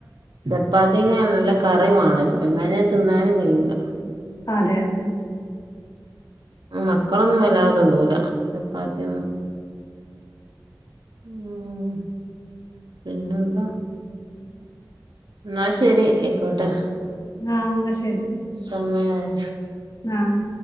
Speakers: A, on the right (about 75°); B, on the left (about 55°).
A: ചപ്പാത്തി നല്ല കറിവാണല്ലോ എല്ലാഞ്ഞ തിന്നാനും കഴിയൂല
B: അതെ അതെ
A: മക്കളൊന്നും വല്ലാ തൊടൂല ചപ്പാത്തിയൊന്നും ഉം പിന്നെന്താ ഇന്നാ ശെരി അയിക്കോട്ടെ
B: ആഹ് ഇന്ന ശരി
A: സമയായി
B: ആഹ്